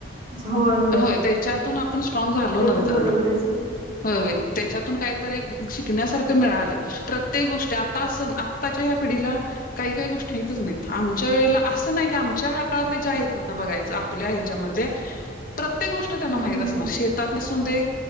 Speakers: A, on the right; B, on the left.
A: होय होय
B: हो त्याच्यातून आपण स्ट्रंग झालो
A: ते
B: नंतर
A: पण बरोबरच
B: ना
A: आहे
B: हो त्याच्यातून काहीत शिकण्यासारख मिळालं प्रत्येक गोष्टी आता आताच्या या पिढीला काही काही गोष्टी नाही आमच्या वेला नाही की आमच्या काळातले जे आहेत ना बघायचं आपल्या ह्याच्यामध्ये प्रत्येक गोष्ट त्यांना
A: हम्म
B: माहित असणार
A: हम्म
B: शेतात नसून दे